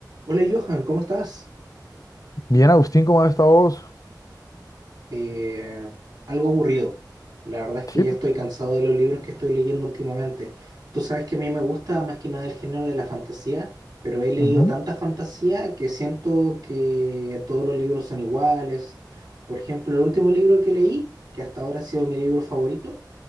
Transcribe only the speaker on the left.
Bien, Agustín, ¿cómo has estado vos?
Sí,
p-
ujú.